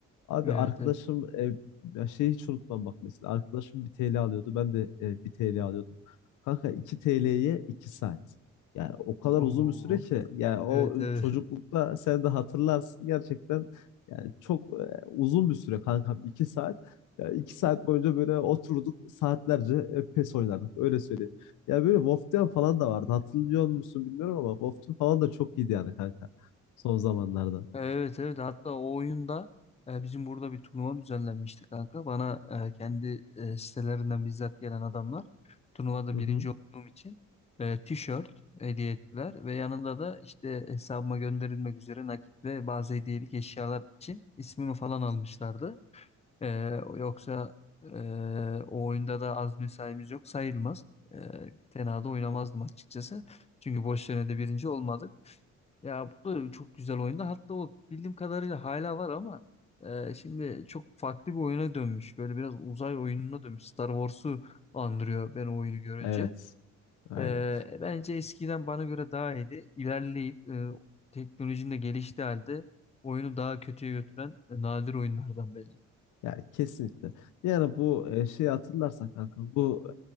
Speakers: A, on the left; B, on the left.
A: Abi
B: Evet
A: arkadaşım
B: evet.
A: e, ya şeyi hiç unutmam bak mesela. Arkadaşım bir TL alıyordu. Ben de e, bir TL alıyordum. Kanka 2 TL'ye 2 saat. Yani o kadar
B: Oo.
A: uzun bir süre ki yani o
B: Evet evet.
A: çocuklukta
B: <laughs>
A: sen de hatırlarsın gerçekten yani çok e, uzun bir süre kankam 2 saat. Ya 2 saat boyunca böyle oturduk saatlerce e, PES oynardık öyle söyleyeyim. Ya böyle Wolfteam falan da vardı. Hatırlıyor musun bilmiyorum ama Wolfteam falan da çok iyiydi yani kanka. Son zamanlarda.
B: Evet evet hatta o oyunda e, bizim burada bir turnuva düzenlenmişti kanka. Bana e, kendi e, sitelerinden bizzat gelen adamlar turnuvada
A: Hı
B: birinci
A: hı.
B: olduğum için e, tişört hediye ettiler ve yanında da işte hesabıma gönderilmek üzere nakit ve bazı hediyelik eşyalar için ismimi falan almışlardı. Ee, yoksa e, o oyunda da az mesaimiz yok sayılmaz. Ee, tenada oynamazdım açıkçası. Çünkü boş yerine de birinci olmadık. Ya bu da çok güzel oyunda. Hatta o bildiğim kadarıyla hala var ama e, şimdi çok farklı bir oyuna dönmüş. Böyle biraz uzay oyununa dönmüş. Star Wars'u andırıyor ben o oyunu görünce.
A: Evet. Aynen.
B: Ee, bence eskiden bana göre daha iyiydi. İlerleyip e, teknolojinin de geliştiği halde oyunu daha kötüye götüren e, nadir oyunlardan bence.
A: Yani kesinlikle. Yani bu e, şeyi hatırlarsan kanka bu